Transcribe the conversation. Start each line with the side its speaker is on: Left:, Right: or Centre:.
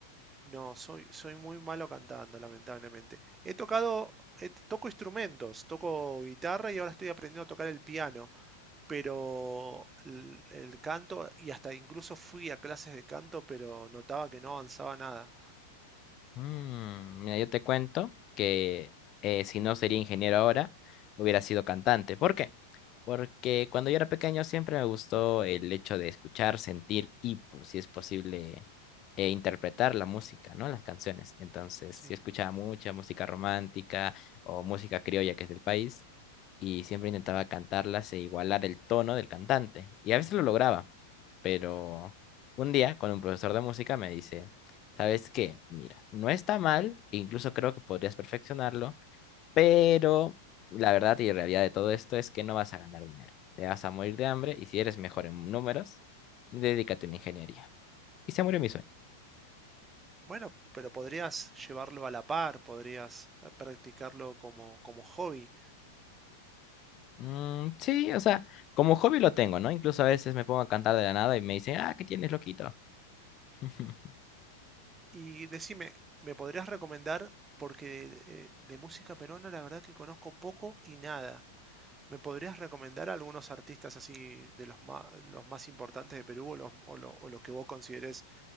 Right: No, soy, soy muy malo cantando, lamentablemente. He tocado, he- toco instrumentos, toco guitarra y ahora estoy aprendiendo a tocar el piano, pero el, el canto, y hasta incluso fui a clases de canto, pero notaba que no avanzaba nada.
Left: Mm, mira, yo te cuento que eh, si no sería ingeniero ahora, hubiera sido cantante. ¿Por qué? Porque cuando yo era pequeño siempre me gustó el hecho de escuchar, sentir y, pues, si es posible, eh, interpretar la música, ¿no? Las canciones. Entonces,
Right: Sí.
Left: yo escuchaba mucha música romántica o música criolla que es del país. y siempre intentaba cantarlas e igualar el tono del cantante. Y a veces lo lograba, pero un día con un profesor de música me dice, ¿sabes qué? Mira, no está mal, e incluso creo que podrías perfeccionarlo, pero la verdad y realidad de todo esto es que no vas a ganar dinero. Te vas a morir de hambre y si eres mejor en números, dedícate a una ingeniería. Y se murió mi sueño.
Right: Bueno, pero podrías llevarlo a la par, podrías eh, practicarlo como, como hobby.
Left: Mm, sí, o sea, como hobby lo tengo, ¿no? Incluso a veces me pongo a cantar de la nada y me dicen, ah, ¿qué tienes, loquito? <laughs>
Right: Y decime, ¿me podrías recomendar? Porque eh, de música peruana la verdad que conozco poco y nada. ¿Me podrías recomendar algunos artistas así de los más, los más importantes de Perú o los, o lo- o los que vos consideres